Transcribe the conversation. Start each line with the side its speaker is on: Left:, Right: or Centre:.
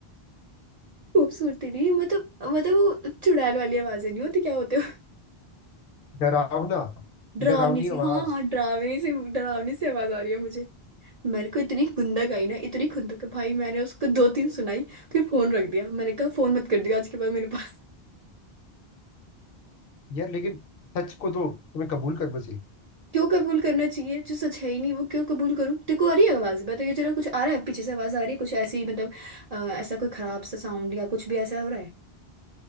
Right: खूबसूरती नहीं मतलब मतलब वो चुड़ैल वाली आवाज़ें नहीं होती क्या होते
Left: डरावना
Right: डरावनी
Left: डरावनी
Right: सी
Left: आवाज
Right: हाँ हाँ डरावनी से डरावनी सी आवाज आ रही है मुझे मेरे को इतनी खुंदक आई ना इतनी खुंदक भाई मैंने उसको दो तीन सुनाई फिर फोन रख दिया मैंने कहा फोन मत कर दिया आज के बाद मेरे पास
Left: यार लेकिन सच को तो तुम्हें कबूल करना चाहिए
Right: <laughs> क्यों कबूल करना चाहिए जो सच है ही नहीं वो क्यों कबूल करूँ देखो आ रही है आवाज बताइए जरा कुछ आ रहा है पीछे से आवाज आ रही है कुछ ऐसी मतलब अ, ऐसा कोई खराब सा साउंड या कुछ भी ऐसा हो रहा है